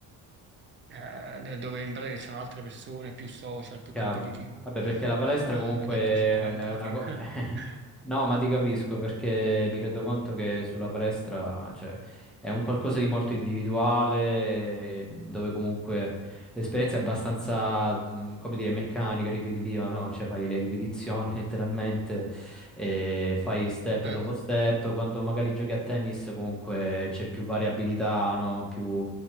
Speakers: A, on the right; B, in the centre.
A: eh, de- dove in pratica ci sono altre persone, più social, più
B: chiaro.
A: competitivo.
B: Vabbè, perché la palestra
A: Eh,
B: comunque
A: ed eccoci
B: è
A: qua in pratica.
B: una cosa. <laughs>
A: <laughs>
B: No, ma ti capisco perché mi rendo conto che sulla palestra, cioè, è un qualcosa di molto individuale, dove comunque l'esperienza è abbastanza, mh, come dire, meccanica, ripetitiva, no? Cioè fai le ripetizioni <laughs> letteralmente, e fai step
A: Vero?
B: dopo step. Quando magari giochi a tennis comunque c'è più variabilità, no? Più,